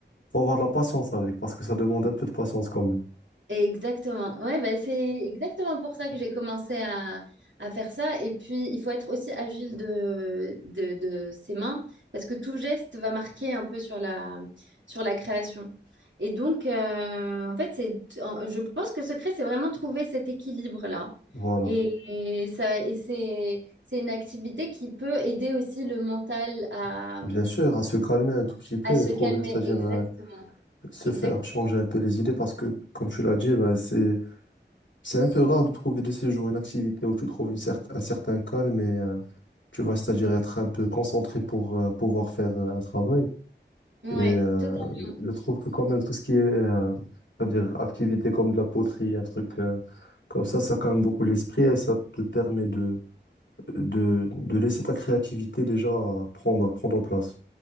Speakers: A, on the left; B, on the right.
A: faut avoir de la patience avec, parce que ça demande un peu de patience quand même.
B: Exactement. Ouais, bah, c'est exactement pour ça que j'ai commencé à, à faire ça. Et puis, il faut être aussi agile de, de, de ses mains parce que tout geste va marquer un peu sur la, sur la création. Et donc, euh, en fait, c'est, en- je pense que le secret, c'est vraiment trouver cet équilibre-là.
A: Voilà.
B: Et, et ça, et c'est, c'est une activité qui peut aider aussi le mental à,
A: Bien sûr, à se calmer un tout petit peu
B: à se
A: et trouver,
B: calmer.
A: c'est-à-dire
B: Exactement.
A: euh, se
B: Exactement.
A: faire changer un peu les idées, parce que comme tu l'as dit, bah, c'est c'est un peu rare de trouver de ces jours une activité où tu trouves une cer- un certain calme et euh, tu vas, c'est-à-dire être un peu concentré pour euh, pouvoir faire euh, un travail.
B: Ouais,
A: Et euh,
B: totalement.
A: je trouve que quand même tout ce qui est, euh, c'est-à-dire activité comme de la poterie, un truc euh, comme ça, ça calme beaucoup l'esprit et ça te permet de, de, de laisser ta créativité déjà prendre, prendre place.